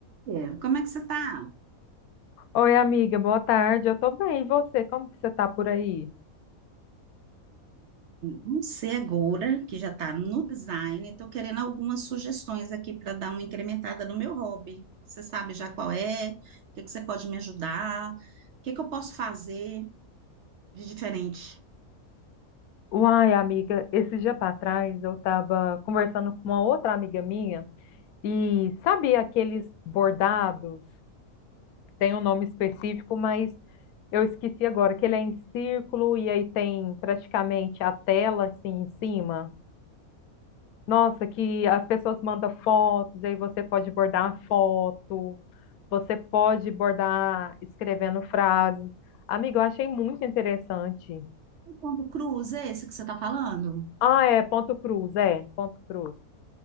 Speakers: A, on the right; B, on the left.
A: É, como é que você está?
B: Oi, amiga, boa tarde. Eu tô bem. E você? Como que você tá por aí?
A: Você agora, que já está no design, estou querendo algumas sugestões aqui para dar uma incrementada no meu hobby. Você sabe já qual é? O que que você pode me ajudar? O que que eu posso fazer de diferente?
B: Uai, amiga, esse dia para trás eu tava conversando com uma outra amiga minha e sabe aqueles bordados? Tem um nome específico, mas eu esqueci agora que ele é em círculo e aí tem praticamente a tela assim em cima. Nossa, que as pessoas mandam fotos, aí você pode bordar a foto, você pode bordar escrevendo frases. Amiga, eu achei muito interessante.
A: O pombo cruz, é esse que você está falando?
B: Ah, é, ponto cruz, é, ponto cruz.